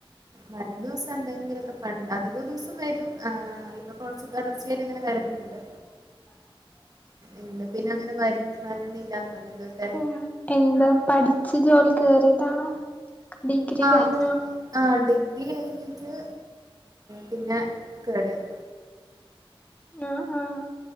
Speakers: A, on the right; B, on the left.
A: വരുന്ന ദിവസം എന്തെങ്കിലുമൊക്കെ പണിണ്ട് അധിക ദിവസം വരും ആ ഇപ്പൊ കുറച്ച് തുടർച്ച അങ്ങനെ വരലുണ്ട്.
B: <inaudible>
A: ഇന്ന് പിന്നെ അങ്ങനെ വരു വരുന്നല്ലന്ന് പറഞ്ഞ എന്തോ തെ
B: ഉം എന്താ പഠിച്ച് ജോലിക്ക് കേറിയതാണോ ഡിഗ്രി
A: ആഹ്
B: കഴിഞ്ഞോ
A: ആഹ് ഡിഗ്രി കഴിഞ്ഞിട്ട് പിന്നെ കേറിയത.
B: ആഹ് ആഹ്